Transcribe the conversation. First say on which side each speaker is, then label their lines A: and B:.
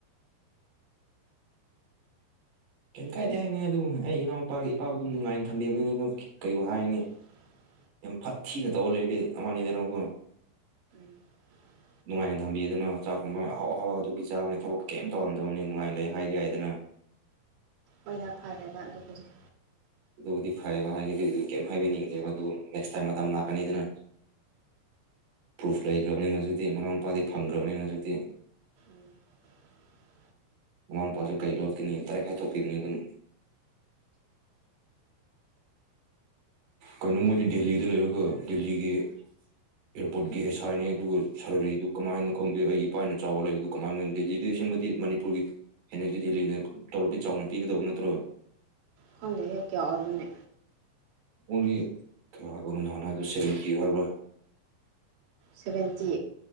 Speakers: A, on the right; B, on the right.
A: ꯀꯩꯝ ꯀꯥꯏꯗꯦ ꯍꯥꯏꯝꯅꯤ ꯑꯗꯨꯕꯨ ꯑꯩ ꯏꯅꯥꯎꯄꯥꯒ ꯏꯄꯥꯕꯨ ꯅꯨꯡꯉꯥꯏꯅ ꯊꯝꯕꯤꯕꯅꯤꯅꯀꯣ ꯀꯩꯕꯨ ꯍꯥꯏꯅꯤ
B: <inaudible>
A: ꯌꯥꯝ ꯐꯠꯊꯤꯅ ꯇꯧꯔ ꯂꯩꯗꯤ ꯑꯃꯅꯤꯗꯅꯀꯣ
B: <inaudible>
A: ꯅꯨꯡꯉꯥꯏꯅ ꯊꯝꯕꯤꯗꯅ ꯆꯥꯛꯀꯨꯝꯕ ꯑꯍꯥꯎ ꯑꯍꯥꯎꯕ ꯑꯗꯨꯒꯤ ꯆꯥꯕꯅꯤ ꯊꯕꯛ ꯀꯦꯝ ꯇꯧꯍꯟꯗꯕꯅꯦ ꯅꯨꯡꯉꯥꯏꯅ ꯂꯩ ꯍꯥꯏ ꯌꯥꯏꯗꯅ
B: ꯍꯣꯢꯗ ꯐꯔꯦꯗ ꯑꯗꯨꯕꯨꯗꯤ
A: ꯑꯗꯨꯕꯨꯗꯤ ꯐꯩꯌꯦꯕ ꯍꯥꯏꯕꯗꯤ ꯀꯩꯝ ꯍꯥꯏꯕꯤꯅꯤꯡꯗꯦꯕ ꯑꯗꯨ ꯅꯦꯛꯁ ꯇꯥꯏꯝ ꯃꯇꯝ ꯂꯥꯛꯀꯅꯤꯗꯅ ꯄ꯭ꯔꯨꯐ ꯂꯩꯈ꯭ꯔꯕꯅꯤꯅ ꯍꯧꯖꯤꯛꯇꯤ ꯃꯅꯥꯎꯅꯨꯄꯥꯗꯤ ꯐꯪꯈ꯭ꯔꯕꯅꯤꯅ ꯍꯧꯖꯤꯛꯇꯤ
B: <unintelligible>
A: ꯃꯅꯥꯎꯄꯥꯁꯨ ꯀꯩ ꯂꯣꯠꯀꯅꯤ ꯗꯥꯏꯔꯦꯛ ꯍꯥꯏꯊꯣꯛꯄꯤꯝꯅꯦ ꯑꯗꯨꯝ ꯀꯩꯅꯣ ꯃꯣꯏꯗꯤ ꯗꯦꯜꯂꯤꯗ ꯂꯩꯔꯒ ꯗꯦꯜꯂꯤꯒꯤ ꯑꯦꯔꯄꯣꯔꯠꯀꯤ ꯑꯦꯁꯥꯏꯅꯦ ꯑꯗꯨꯒ ꯁꯔꯔꯤꯗꯨ ꯀꯃꯥꯏꯅꯣ ꯈꯪꯗꯦ ꯑꯩꯒꯤ ꯏꯄꯥꯅ ꯆꯥꯎ ꯂꯩꯕꯗꯨ ꯀꯃꯥꯏꯅ ꯗꯦꯂꯤꯗꯤ ꯑꯁꯦꯡꯕꯗꯤ ꯃꯅꯤꯄꯨꯔꯒꯤ ꯍꯦꯟꯅꯗꯤ ꯗꯦꯜꯂꯤꯅ ꯇꯣꯂꯣꯞꯇꯤ ꯆꯥꯎꯅ ꯄꯤꯒꯗꯧꯕ ꯅꯠꯇ꯭ꯔꯣ
B: ꯈꯪꯗꯦꯍꯦ ꯀ꯭ꯌꯥ ꯑꯣꯏꯕ꯭ꯔꯅꯦ
A: ꯑꯣꯡꯂꯤ ꯀ꯭ꯌꯥ ꯍꯥꯏꯕꯅꯣ ꯅꯍꯥꯟ ꯍꯥꯏꯗꯣ ꯁꯕꯦꯟꯇꯤ ꯍꯥꯏꯕ꯭ꯔ
B: ꯁꯚꯦꯟꯇꯤ